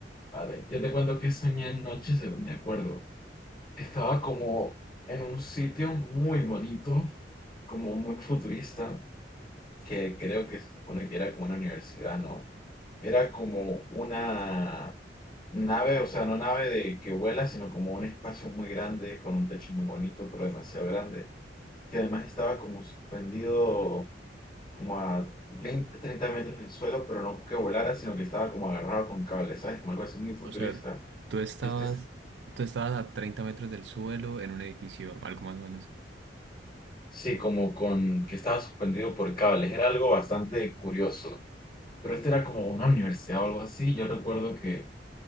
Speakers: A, on the left (about 25°); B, on the right (about 75°).
A: a ver, yo te cuento que soñé anoche, según me acuerdo. Estaba como en un sitio muy bonito, como muy futurista, que creo que se supone que era como una universidad, ¿no? Era como una Nave, o sea, no nave de que vuela, sino como un espacio muy grande, con un techo muy bonito, pero demasiado grande. Que además estaba como suspendido como a 20 30 metros del suelo, pero no que volara, sino que estaba como agarrado con cables, ¿sabes? Como algo así muy futurista.
B: O sea, tú estabas,
A: Y este es,
B: tú estabas a 30 metros del suelo en un edificio, algo más o menos.
A: sí, como con que estaba suspendido por cables. Era algo bastante curioso. Pero este era como una universidad o algo así. Yo recuerdo que